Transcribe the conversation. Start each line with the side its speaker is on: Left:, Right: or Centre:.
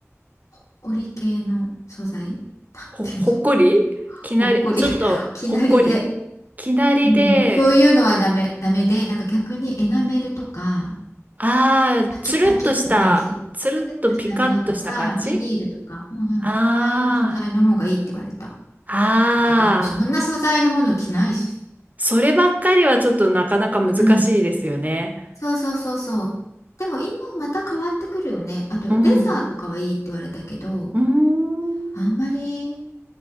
Left: ほっこり系の素材なんていうの
Right: ほ、ほっこりきなり、
Left: <laughs> ほっこり
Right: ちょっとほっこり。
Left: <laughs> きなりで、
Right: きなりで、
Left: うん、そういうのはダメ、ダメでなんか逆にエナメルとか
Right: ああ、
Left: パキッパキッって感じプレッとしたものとかビニールとか、
Right: つるっとした、つるっとピカッとした感じ
Left: うんうんうん、
Right: あ
Left: ああいう素材の方がいいって言われただ
Right: あ、
Left: けどもうそんな素材のもの着ないし。
Right: ああ、そればっかりはちょっとなかなか難しいですよね。
Left: うんそうそうそうそう。でも今また変わってくるよね。あとレザーとかはいいって言われたけど、
Right: うん。うーん。
Left: あんまり、